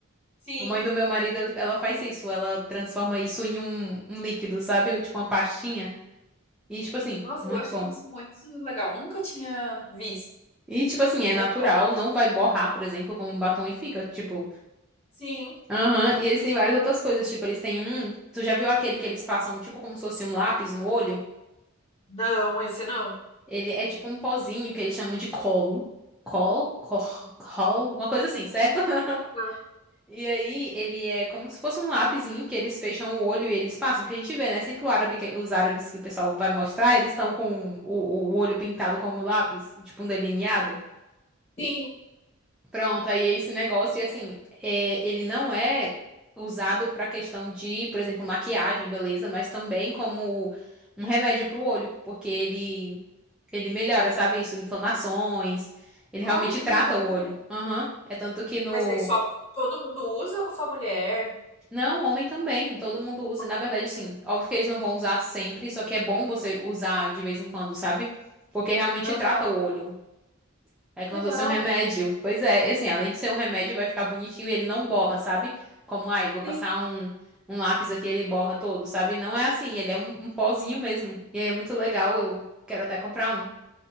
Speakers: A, on the left; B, in the centre.
A: sim.
B: A mãe do meu marido, ele- ela faz isso, ela transforma isso em um, um líquido, sabe? Tipo uma pastinha. E, tipo assim,
A: Nossa,
B: muito
A: eu achei
B: bom.
A: isso muito legal. Nunca tinha visto.
B: E, tipo assim, é
A: Aí
B: natural,
A: agora,
B: não vai borrar, por exemplo, como um batom e fica, tipo,
A: sim.
B: aham. E eles têm várias outras coisas, tipo, eles têm um. Tu já viu aquele que eles passam, tipo, como se fosse um lápis no olho?
A: Não, esse não.
B: Ele é tipo um pozinho que eles chamam de colo. Col? Cor? Col? Uma coisa assim, certo? <laughs>
A: Ah,
B: E aí, ele é como se fosse um lapisinho que eles fecham o olho e eles passam. Porque a gente vê, né? Sempre o árabe, que- os árabes que o pessoal vai mostrar, eles estão com o, o olho pintado como lápis, tipo um delineado.
A: Sim.
B: Pronto, aí é esse negócio, e assim, é, ele não é usado pra questão de, por exemplo, maquiagem, beleza, mas também como um remédio pro olho, porque ele, ele melhora, sabe isso? Inflamações, ele realmente
A: Olha que
B: trata
A: legal.
B: o olho. Aham, É tanto que no.
A: Mas daí só todo mundo usa ou só mulher?
B: Não, homem também, todo mundo usa,
A: Homem
B: e na verdade,
A: também.
B: sim, óbvio que eles não vão usar sempre, só que é bom você usar de vez em quando, sabe? Porque realmente
A: Aham.
B: trata o olho. É
A: Que
B: como
A: legal.
B: se fosse um remédio. Pois é, e assim, além de ser um remédio, vai ficar bonitinho e ele não borra, sabe? Como, ai, vou
A: Sim.
B: passar um, um lápis aqui e ele borra todo, sabe? Não é assim, ele é um, um pozinho mesmo. E aí é muito legal, eu quero até comprar um